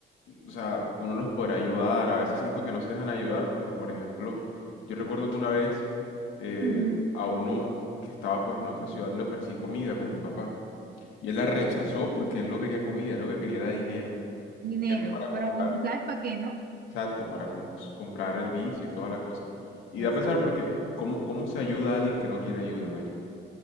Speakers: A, on the left; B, on the right.
A: o sea, uno los podrá ayudar. A veces siento que no se dejan ayudar porque, por ejemplo, yo recuerdo que una vez eh,
B: Ujú.
A: a uno que estaba pues en otra ciudad le ofrecí comida con mi papá y él la rechazó porque él no quería comida, él lo que quería era dinero.
B: Dinero,
A: Dinero para comprar,
B: pero bueno, tú sabes para qué, ¿no?
A: exacto, para com- comprar el vicio y toda la cosa. Y
B: Exacto.
A: da pesar porque, ¿cómo, cómo se ayuda a alguien que no quiere ayuda, Mary?